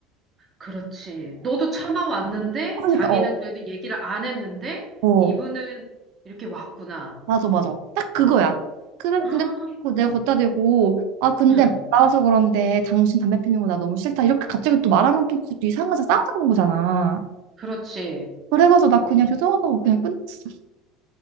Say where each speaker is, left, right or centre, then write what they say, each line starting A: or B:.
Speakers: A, on the right; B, on the right.
A: 그렇지. 너도 참아왔는데,
B: 그러니까
A: 자기는
B: 어,
A: 그래도 얘기를 안 했는데,
B: 어.
A: 이분은 이렇게 왔구나.
B: 맞아, 맞아. 딱 그거야. 그래,
A: 아,
B: 근데 그거 내가 걷다 대고, 아, 근데
A: 응,
B: 나와서 그런데 당신 담배 피는 거 나 너무 싫다. 이렇게 갑자기 또 말하면 또 그것도 이상하자 싸우자는 거잖아.
A: 그렇지.
B: 그래가지고 나 그냥 죄송하다고 그냥 끝냈어.